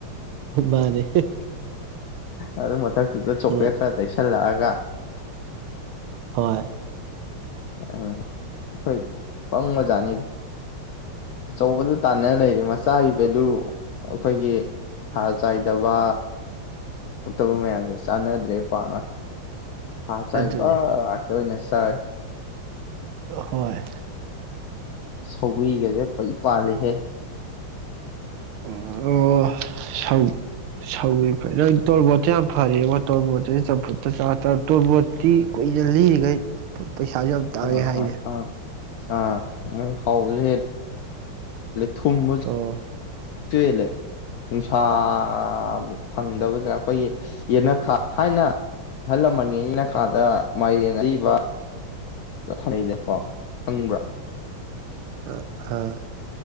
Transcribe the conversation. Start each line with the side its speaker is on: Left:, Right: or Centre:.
Right: ꯃꯥꯔꯦ
Left: ꯑꯔꯦ ꯃꯊꯛ ꯇꯨꯗ ꯆꯣꯀꯂ
Right: ꯎꯝ
Left: ꯈꯥ ꯇ ꯁꯂ ꯇꯒ
Right: ꯍꯣꯏ
Left: ꯎ ꯑꯩꯈꯣꯏ ꯄꯪ ꯃꯖꯥꯅꯤꯗ ꯑꯆꯧꯕꯗ ꯇꯥꯟꯅꯅ ꯂꯩꯔꯤ ꯃꯆꯥꯒꯤ ꯚꯦꯂꯨ ꯑꯩꯈꯣꯏꯒꯤ ꯍꯥꯔ ꯆꯥꯏꯗꯕ ꯑꯇꯣꯞꯄ ꯃꯌꯥꯝꯁꯦ ꯆꯥꯟꯅꯗ꯭ꯔꯦ ꯄꯥꯅ ꯍꯥ ꯆꯥꯏꯕ
Right: ꯑꯗꯨꯅꯤ
Left: ꯑꯇ ꯍ ꯅꯁꯤ ꯇꯥꯏ
Right: ꯍꯣꯏ
Left: ꯁꯧꯒ꯭ꯔꯤꯒꯁꯦ ꯐꯩ ꯄꯥꯜꯂꯤꯍꯦ
Right: ꯑꯣ ꯑꯣ ꯁ ꯁꯧ ꯐ ꯅ ꯇꯣꯔꯕꯣꯠꯇꯁ ꯌꯥꯝ ꯐꯔꯦꯕ ꯇꯣꯔꯕꯣꯠꯇꯨꯦ ꯆꯝꯐꯨꯠꯇ ꯆꯥ ꯇꯣꯔꯕꯣꯠꯇꯤ ꯀꯨꯏꯅ ꯂꯤꯔꯤꯈꯩ ꯄꯩꯁꯥꯁꯨ ꯌꯥꯝ ꯇꯥꯋꯦ
Left: ꯑꯥ ꯑꯥ
Right: ꯍꯥꯏꯁꯦ
Left: ꯑꯥ ꯑꯥ ꯃ ꯍꯥꯎꯁ ꯊꯨꯝꯕꯣ
Right: ꯑꯣ
Left: ꯆꯦꯜꯂꯦ ꯅꯨꯡꯁꯥꯕꯨ ꯐꯪꯗꯕꯗ ꯑꯩꯈꯣꯏꯒꯤ ꯌꯦꯅꯈꯥ ꯊꯥꯏꯅ ꯑꯍꯜ ꯂꯃꯟꯅꯤ ꯌꯦꯅꯈꯥꯗ ꯃꯥꯏ ꯑꯏꯕ ꯑꯅꯩꯣ ꯐꯪꯕ꯭ꯔꯥ
Right: ꯑ